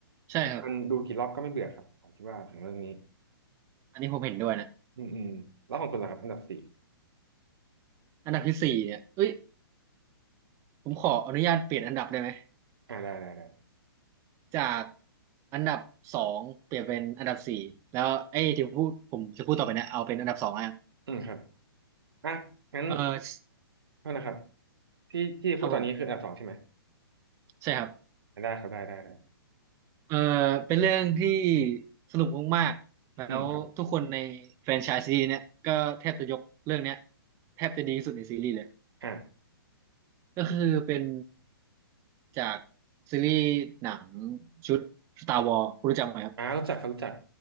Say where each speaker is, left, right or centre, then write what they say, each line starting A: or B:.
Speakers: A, on the right; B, on the right.
A: ใช่ครับ
B: มันดูกี่รอบก็ไม่เบื่อครับผมคิดว่าหนังเรื่องนี้
A: อันนี้ผมเห็นด้วยนะ
B: อืมอืมแล้วของคุณล่ะครับอันดับสี่
A: อันดับที่สี่เนี่ยเอ้ยผมขออนุญาตเปลี่ยนอันดับได้ไหม
B: อ่าได้ได้ได้
A: จากอันดับสองเปลี่ยนเป็นอันดับสี่แล้วไอ้ยที่พูดผมจะพูดต่อไปเนะเอาเป็นอันดับสองแล้วกัน
B: อืมครับอ่ะงั้น
A: เออ
B: โทษนะครับที่ที่พูดตอนนี้คืออันดับสองใช่ไหม
A: ครับผมใช่ครับ
B: อ่ะได้ครับได้ได้ได้
A: เออเป็นเรื่องที่สนุกมากๆแล้วทุกคนในแฟรนไชส์ซีรีส์เนี่ยก็แทบจะยกเรื่องเนี้ย
B: อืมครับ
A: แทบจะดีที่สุดในซีรีส์เลย
B: อ่า
A: ก็คือเป็นจากซีรีส์หนังชุด Star Wars คุณรู้จักไหมครับ
B: อ่ารู้จักครับรู้จัก